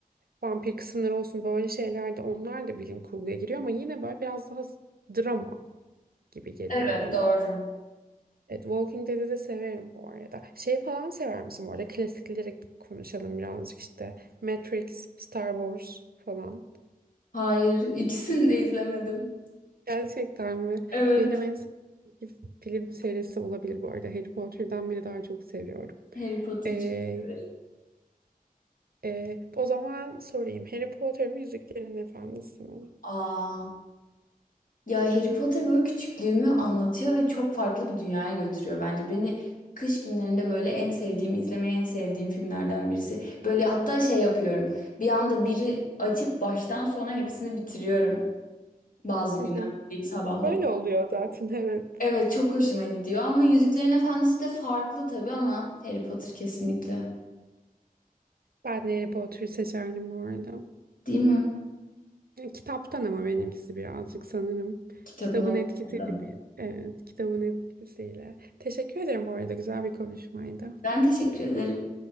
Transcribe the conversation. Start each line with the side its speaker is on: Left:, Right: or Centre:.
Right: vampir kısımları olsun böyle şeyler de onlar da bilim kurguya giriyor ama yine böyle biraz daha drama gibi geliyor
Left: Evet
Right: bana.
Left: doğru.
Right: Evet, Walking Dead'i de severim bu arada. Şey falan sever misin bu arada? Klasikleri konuşalım birazcık işte. Matrix, Star Wars falan.
Left: Hayır ikisini de izlemedim.
Right: Gerçekten mi?
Left: Evet.
Right: Benim en sevdiğim film serisi olabilir bu arada. Harry Potter'dan bile daha çok seviyorum.
Left: Harry Potter'cı.
Right: Ee,
Left: Evet.
Right: e, o zaman sorayım. Harry Potter mi Yüzüklerin Efendisi mi?
Left: Aa. Ya Harry Potter böyle küçüklüğümü anlatıyor ve çok farklı bir dünyaya götürüyor bence. Beni kış günlerinde böyle en sevdiğim, izlemeyi en sevdiğim filmlerden birisi. Böyle hatta şey yapıyorum. Bir anda biri açıp baştan sona hepsini bitiriyorum. Bazı günler
Right: Hı hı.
Left: böyle sabahlayıp.
Right: Öyle oluyor zaten evet.
Left: Evet çok hoşuma gidiyor ama Yüzüklerin Efendisi de farklı tabii ama Harry Potter kesinlikle.
Right: Ben de Harry Potter'ı seçerdim bu arada.
Left: Değil mi?
Right: Kitaptan ama benimkisi birazcık sanırım.
Left: Kitabını
Right: Kitabın
Left: okumadım.
Right: etkisiyle gibi. Evet, kitabın etkisiyle. Teşekkür ederim bu arada. Güzel bir konuşmaydı.
Left: Ben teşekkür ederim.